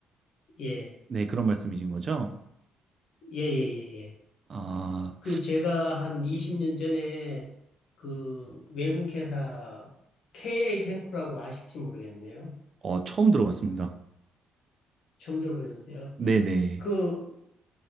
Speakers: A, on the left; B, on the right.
A: 예.
B: 네, 그런 말씀이신 거죠?
A: 예. 예. 예. 예.
B: 아.
A: 그 제가 한 20년 전에 그 외국 회사 KLA 탱코라고 아실지 모르겠네요.
B: 어, 처음 들어봤습니다.
A: 처음 들어보셨어요?
B: 네네.
A: 그